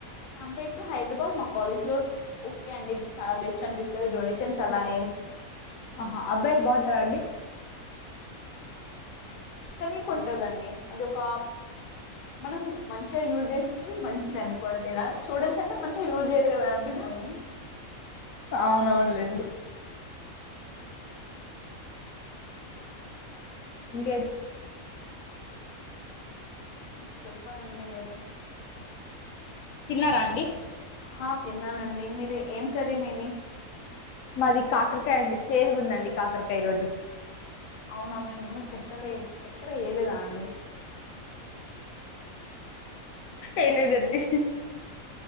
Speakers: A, on the left; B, on the left.
A: కంపేర్ టు హైదరాబాద్ మా కాలేజ్ లో ఓకే అండి చాలా బెస్ట్ అనిపిస్తది డొనే షన్స్ అలా
B: ఓకే
A: ఏం
B: ఆహా అబ్బాయిలు బాగుంటారా అండి
A: కానీ కొంటదండి, అది ఒక మనం మంచిగా యూజ్ చేస్త మంచిది అనుకోండి, ఎలాంటి స్టూడెంట్స్ అంటే మంచిగా యూజ్ చేయ్యరు కదా అండి దాన్ని
B: అవునవునులేండి ఇంకా ఎ
A: చెప్పాలండి మీరు
B: తిన్నారా అండి
A: హా తిన్నానండి మీర్ ఎం కే మీది
B: మాది కాకరకాయ అండి చేదు ఉందండి కాకరకాయ కై ఈరోజు
A: అవునా మీ మమ్మీ చక్కెల్ చక్కెర వేయలేదా అండి
B: ఎం లేదడ్డి